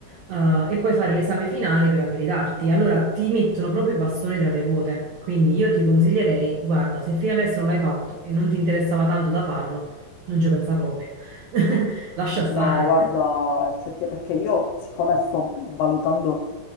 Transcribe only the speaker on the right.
eh, e poi fare l'esame finale per abilitarti. Allora ti mettono proprio i bastoni tra le ruote. Quindi io ti consiglierei, guarda, se fino adesso non l'hai fatto e non ti interessava tanto da farlo, non ci pensa proprio. <laughs> Lascia
stare.